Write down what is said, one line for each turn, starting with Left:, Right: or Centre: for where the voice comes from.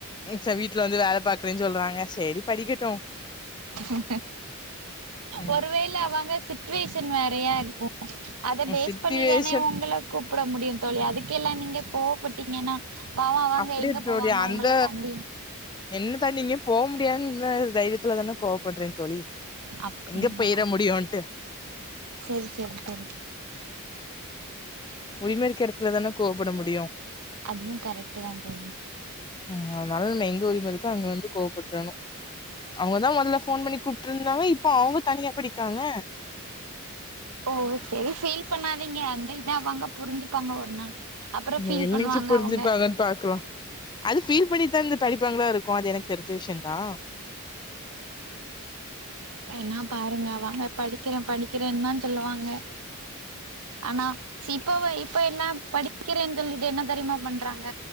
Left: ச வீட்டுல வந்து வேல பாக்குறேன்னு சொல்றாங்க சேரி படிக்கட்டும்
Right: உம்
Left: ம்.
Right: ஒருவேல அவங்க சி சிடுவேஷன் வேறையா இருக்கும் அத பேஸ்
Left: சிச்சுவேஷன்
Right: பண்ணிதானே உங்கள கூப்பிட முடியும் தோழி அதுக்கெல்லாம் நீங்க கோவப்பட்டீங்கன்னா பாவோ அவங்க
Left: அப்படிய
Right: எங்க
Left: ஜோடியா
Right: போவாங்க
Left: அந்த
Right: உங்கள தாண்டி
Left: என்ன தாண்டி எங்கயோ போ முடியானு தைரியத்துல தானே கோவப்படுறே தோழி
Right: அப்படின்னா
Left: எங்க போயிற
Right: தெரிச்சு
Left: முடியுன்ட்டு
Right: சேரி சேரி சேரி
Left: உரிம இருக்கு இடத்துல தானே கோவப்பட முடியும்
Right: அதுவு கரெக்ட் தா தோழி
Left: உம் அதனால நம்ம எங்க உரிம இருக்க அங்க வந்து கோவப்பட்றனும் அவங்கதா முதல்ல போன் பணி கூப்ட்டு இருந்தாங்க இப்ப அவங்க தனியா படிக்காங்க
Right: ஓ சரி ஃபீல் பண்ணாதீங்க அந்த இதா வாங்க புரிஞ்சுப்பாங்க ஒரு நாள் அப்புறோ
Left: ம்
Right: ஃபீல்
Left: என்னைக்கு
Right: பண்ணுவாங்க
Left: புரிஞ்சுப்பாங்கன்னு
Right: அவங்க
Left: பாக்கலாம் அது பீல் பண்ணி இருந்து படிப்பாங்களா இருக்கு அது எனக்கு தெரிஞ்ச விஷயம்தா
Right: வேணா பாருங்கங்க அவங்க படிக்கிறேன் படிக்கிறேன் தா சொல்லுவாங்க ஆனா இப்ப இப்ப எல்லாம் படிக்கிறேன்னு சொல்லிட்டு என்ன தெரியுமா பண்றாங்க